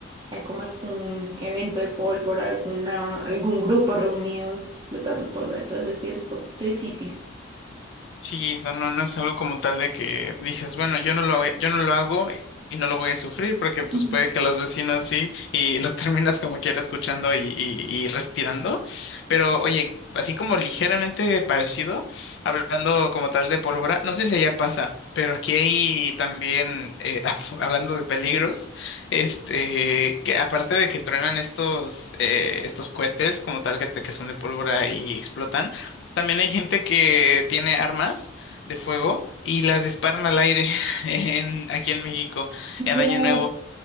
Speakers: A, on the right; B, on the left.
A: hay como algún evento de pólvora, alguna, algún grupo reunido explotando pólvora. Entonces sí es un poquito difícil.
B: Sí, o sea, no, no es algo como tal de que dices, bueno, yo no lo, voy- yo no lo hago y no lo voy a sufrir porque pues
A: Mm,
B: puede que los vecinos sí y lo <laughs> terminas como quiera escuchando y, y, y respirando. Pero oye, así como ligeramente parecido, hablando como tal de pólvora, no sé si allá pasa, pero aquí hay también, eh, <laughs> hablando de peligros, este, que aparte de que truenan estos, eh, estos cohetes como tal que, te- que son de pólvora y explotan. También hay gente que tiene armas de fuego y las disparan al aire <laughs> en, aquí en México
A: Dios,
B: en Año Nuevo.